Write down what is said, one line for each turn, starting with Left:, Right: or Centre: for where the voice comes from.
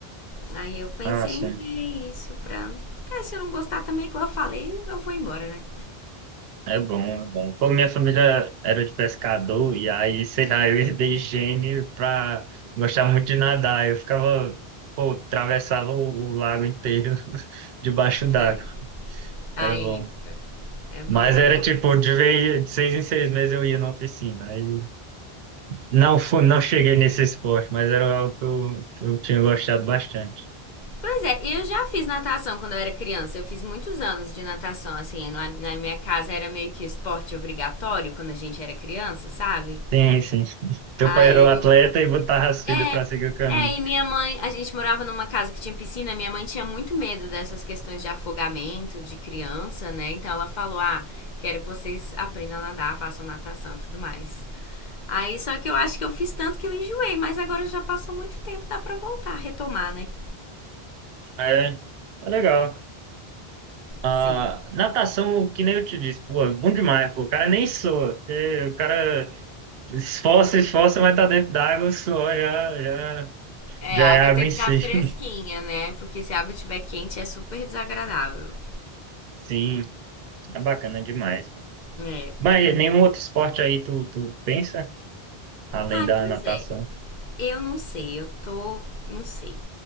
Left: Aí eu pensei
Right: Ah, sim.
Left: em ver isso pra. Ah, se eu não gostar também, igual eu falei, eu vou embora, né?
Right: É bom, é bom. Pô, minha família era de pescador, e aí, sei lá, eu herdei gene pra gostar muito de nadar. Eu ficava, pô, atravessava o, o lago inteiro <laughs> debaixo d'água.
Left: Aí, aí
Right: Era bom.
Left: é bom,
Right: Mas era
Left: é bom.
Right: tipo, de vez, de seis em seis meses eu ia na oficina. Aí não, fu- não cheguei nesse esporte, mas era algo que eu, que eu tinha gostado bastante.
Left: Pois é, eu já fiz natação quando eu era criança. Eu fiz muitos anos de natação, assim. Lá na minha casa era meio que esporte obrigatório quando a gente era criança, sabe?
Right: Sim, sim. Teu
Left: Aí
Right: pai era um
Left: eu.
Right: atleta e botava as filhas
Left: É,
Right: pra seguir o caminho.
Left: é, e minha mãe. A gente morava numa casa que tinha piscina. Minha mãe tinha muito medo dessas questões de afogamento de criança, né? Então ela falou: ah, quero que vocês aprendam a nadar, façam natação e tudo mais. Aí só que eu acho que eu fiz tanto que eu enjoei, mas agora já passou muito tempo, dá pra voltar, retomar, né?
Right: É, tá legal. Ah,
Left: Sim.
Right: natação, que nem eu te disse, pô, é bom demais, pô. O cara nem soa, porque o cara esforça, esforça, mas tá dentro d'água, o suor já, já,
Left: É,
Right: já
Left: a
Right: é
Left: água
Right: água
Left: tem
Right: em
Left: que
Right: si.
Left: estar fresquinha,
Right: <laughs>
Left: né? Porque se a água estiver quente é super desagradável.
Right: Sim, é bacana demais, pô.
Left: É.
Right: Mas nenhum outro esporte aí tu, tu pensa, além
Left: Ah,
Right: da
Left: pois
Right: natação?
Left: é. Eu não sei, eu tô. Não sei.